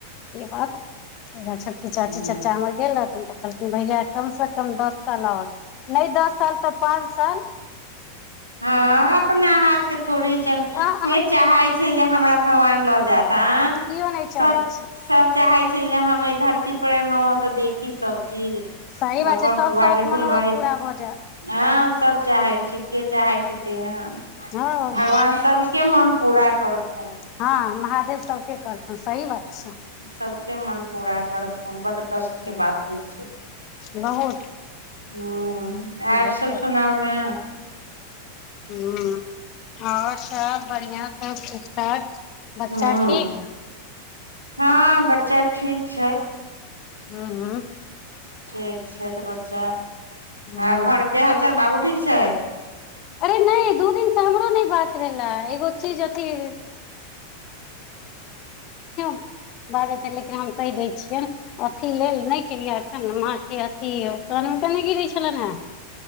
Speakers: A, on the left; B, on the right.
A: ई बात ओकर छत पर चाची
B: हँ
A: चचा हमर गेल रहथिन तऽ कहलखिन भैया कम से कम दस साल और नइ दस साल तऽ पाँच साल
B: हँ अपना हाथ केँ थोड़ी छै अब
A: आ
B: केँ
A: अहाँ
B: चाहै छै जे हमरा भगवान लऽ जायत आ
A: केओ नहि
B: सब
A: चाहै छै
B: सब चाहे छै जे हम एय धरती पर एलै हऽ तऽ देखी सभ चीज
A: सही
B: <unintelligible> फुलबरीे
A: बात छै सब शौक मनोरथ पूरा भऽ जायत
B: हँ सब चाहै छी के चाहैत हेतै एहेन
A: हँ
B: भगवान सबके मन पूरा करथु
A: हँ महादेव सबके करथुन सही बात छै
B: सभके मन पूरा करथुन बड्ड कष्ट केँ
A: हूं
B: बात होइ छै
A: बहुत
B: हूँ
A: बहुत
B: आर सब सुनाउ ने
A: हूँ आओर सब बढ़िआँ सब ठीक ठाक बच्चा
B: हूँ
A: ठीक ह
B: हँ बच्चा ठीक छै
A: हूँ हूँ
B: ठीक छैथ बच्चा
A: ह
B: आ घरके हालचाल बाबू ठीक छैथ
A: अरे नहि दू दिन सऽ हमरो नहि बात भेला एगो चीज अथी <unintelligible> बाजतै लेकिन हम कहि दै छियनि अथी लेल नहि माँ के अथी उपकर मे केने गिरे छलनि हे